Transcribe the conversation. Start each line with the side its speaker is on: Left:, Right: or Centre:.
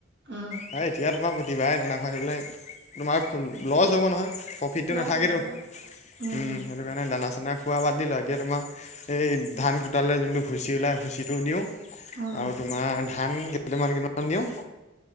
Right: উম'
Left: হয় এতিয়া তোমাৰ প্ৰতিবাৰে দানা খুৱাই থাকিবলৈ তোমাৰ লছ হ'ব নহয় ফিটটো
Right: লৈ
Left: নাথাকেতো
Right: যাব লৈ
Left: সেইটো
Right: যাব উম।
Left: কাৰণে দানা চানা খোৱা বাদ দিলোঁ এতিয়া তোমাৰ এই ধান সোতালে যোনটো ভুচি ওলায় ভুচিটো দিওঁ
Right: উম,
Left: আৰু তোমাৰ ধান কেইটামান কেইটামান দিওঁ